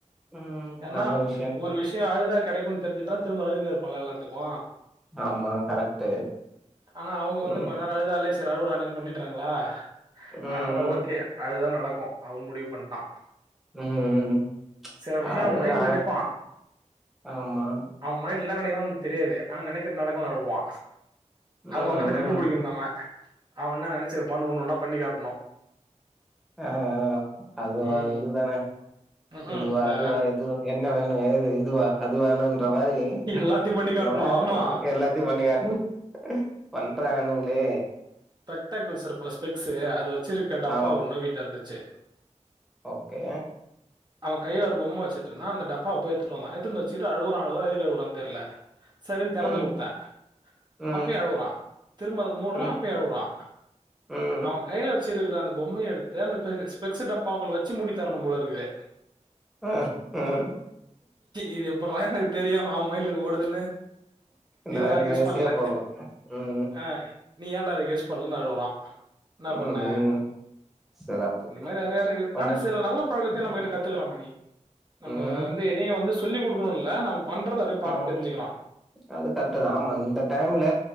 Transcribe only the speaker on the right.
ஏன்னா
ஒரு விஷ்யு அழுதா கெடைக்குன் தெரிஞ்சுட்றா திரும்ப அழுதினே இப்பால்ல எல்லாத்துக்கு
ஆனா அவ்ங் வந்து
கொஞ்ச நேர அழுதாலேஸ் சர் அழுவுரானேன் பண்ணிட்றாங்ளா அதனால
ஓகே
அழுதா நடக்கு அவு முடிவ் பண்ட்டா
சில விஷயோ
அவ மைண்ட்ல
நெனைப்பா
அவ மைண்ட்ல என்ன நெனைக்கிறானு நமக்கு தெரியாது ஆனா நெனைக்கிறது நடக்கலனு அழுவுவா அத
உக்காந்து கண்டுபுடிக்கணு
நாம அவ என்னா நெனைச்சிருப்பான்னு ஒண்ணு ஒன்னா பண்ணி காட்ணு
ம்
ம்ஹூம்
இந்த
எல்லாத்தையு பண்ணி
காட்டணு
ஆமா
ஸ்பெட்டகல்ஸ் இருக்குல ஸ்பெக்ஸ் அது வச்சிருக்க டப்பா
ஒண்ண வீட்ல இருந்துச்சு
அவன் கையில ஒரு பொம்ம வச்சிட்டு இருந்தா அந்த டப்பாவ போயி எடுத்துட்டு வந்தா எடுத்துட்வந்து வச்சு கிட்டு அழுறா அழுறா எதுக்கு அழுவுறானு தெரியல சரின்னு தெறந்து
குடுத்தே
அப்பயு அழுவுறா திரும்ப அத மூடுறா
அப்பயு அழுவுறா
அவ கையில வச்சுருக்கிற அந்த பொம்மைய எடுத்து அந்த ஸ்பெ ஸ்பெக்ஸ் டப்பாக்குள்ள வச்சு மூடித்தரணு போல இருக்கு
இது எப்புட்றா எனக்கு தெரியு அவ மைண்ட்ல ஓடுதுன்னு
இத நான்
கெஸ் பண்ணல.
ஆ, நீ ஏன்டா அதை கெஸ் பண்ணலனு அழுவுறா, என்ன பண்ண
இந்தமேரி நெறைய இருக்குது
ஆனா சில நல்ல பழக்கத்தையு
நம்ம கிட்ட கத்துக்கிறா மணி நம்ப
வந்து எதையு வந்து சொல்லி குடுக்கணுனு இல்ல நம்ப பண்றத அப்டியே பாத்து
தெரிஞ்சுக்கிறான்.